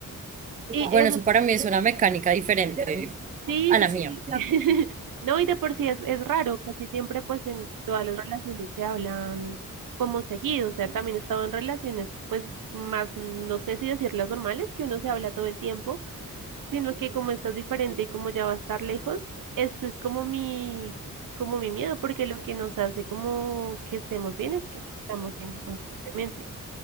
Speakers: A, on the right; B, on the right.
A: eso
B: Bueno, eso para mí es una mecánica diferente
A: Sí,
B: a
A: sí,
B: la mía.
A: sí. <laughs> No, y de por sí es, es raro, casi siempre pues en todas las relaciones se hablan como seguido, o sea, también he estado en relaciones pues más, no sé si decirlas normales, que uno se habla todo el tiempo, sino que como estás diferente y como ya va a estar lejos, ese es como mi, como mi miedo, porque lo que nos hace como que estemos bien es que estamos bien constantemente.